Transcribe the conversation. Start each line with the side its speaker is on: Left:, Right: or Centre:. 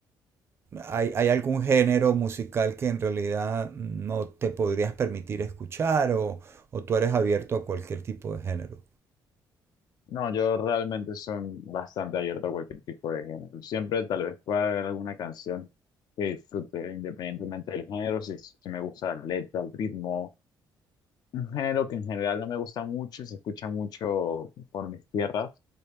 Right: ¿Hay, hay algún género musical que en realidad no te podrías permitir escuchar o, o tú eres abierto a cualquier tipo de género?
Left: No, yo realmente soy bastante abierto a cualquier tipo de género. Siempre tal vez pueda haber alguna canción que disfrute independientemente del género, si, si me gusta la letra, el ritmo. Un género que en general no me gusta mucho y se escucha mucho por mis tierras